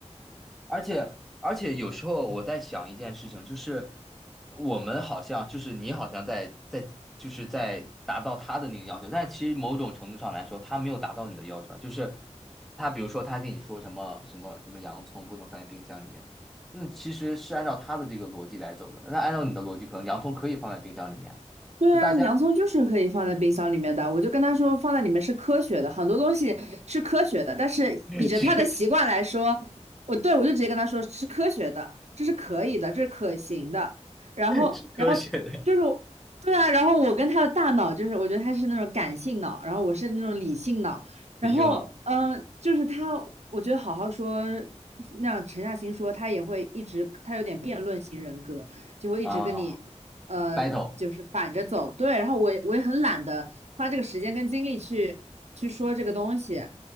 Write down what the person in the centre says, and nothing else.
而且而且有时候我在想一件事情，就是我们好像就是你好像在在就是在达到他的那个要求，但其实某种程度上来说，他没有达到你的要求啊就是他比如说他跟你说什么什么什么洋葱不能放在冰箱里面，那其实是按照他的这个逻辑来走的。那按照你的逻辑，可能洋葱可以放在冰箱里面。
就大家
<laughs> 这个
是科学的。
理性的
啊
，battle